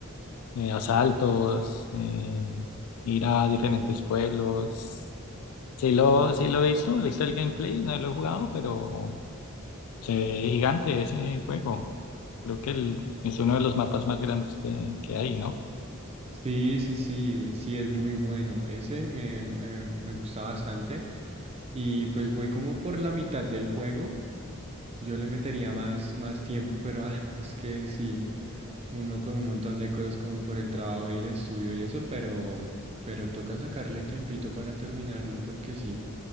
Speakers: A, on the left; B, on the right.
A: eh, asaltos, eh, ir a diferentes pueblos. Sí lo, sí lo he visto, he visto el gameplay, no lo he jugado, pero se ve gigante ese juego. Creo que el- es uno de los mapas más grandes que, que hay, ¿no?
B: Sí, sí, sí, sí, es muy bueno. Ese me, me, me gusta bastante. Y pues voy como por la mitad del juego. Yo le metería más, más tiempo, pero ah, es que sí, uno con un montón de cosas como por el trabajo y el estudio y eso, pero, pero toca sacarle tiempito para terminarlo porque sí,